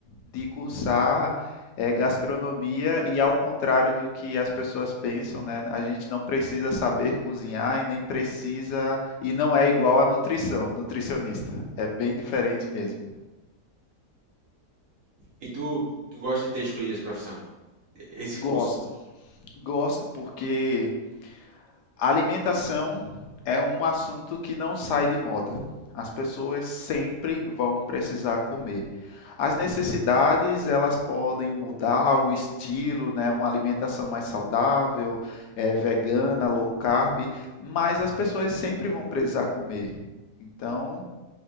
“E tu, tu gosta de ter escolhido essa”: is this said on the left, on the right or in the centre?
Right